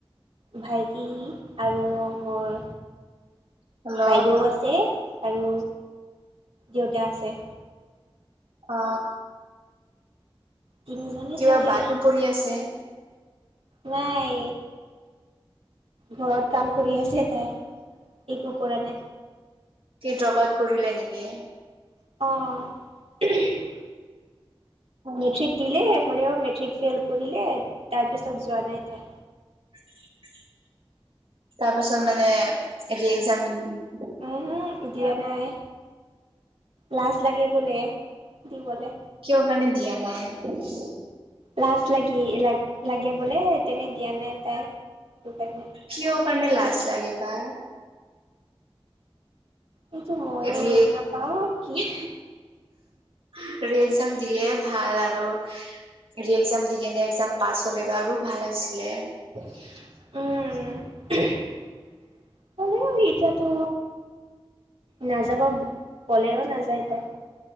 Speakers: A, on the right (about 85°); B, on the right (about 70°).
A: ভাইটি আৰু মই,
B: হেল্ল'
A: বাইদেউ - আছে আৰু দেউতা আছে।
B: অঁ।
A: তিনিজনে
B: কিবা
A: থাকে
B: বাটো পৰি আছে?
A: নাই। ঘৰত কাম কৰি আছে তাই, একো কৰা নাই।
B: কি ড্ৰপ আউট কৰিলে নেকি?
A: অঁ।
B: অ
A: মেট্ৰিক দিলে, হ'লেও মেট্ৰিক ফেইল কৰিলে তাৰপিছত যোৱা নাই তাই।
B: উম। তাৰ পাছত মানে এৰি এক্সাম-
A: উম হো দিয়া নাই, লাজ লাগে বোলে দিবলে।
B: কিহৰ কাৰণে দিয়া নাই?
A: লাজ লাগে লা- লাগে বোলে তেনে দিয়া নাই তাই সেইটো কাৰণে।
B: কিহৰ কাৰণে লাজ লাগে বা?
A: এইটো মইয়ো
B: ৰি
A: গম নাপাওঁ কি -
B: <unintelligible> দিলে ভাল আৰু। বি এ এক্সাম দি কিনে এক্সাম পাছ হ'লে আৰু ভাল আছিলে।
A: উম। কলেও এতিয়াতো নাযাবা কলেও নাযায় তাই।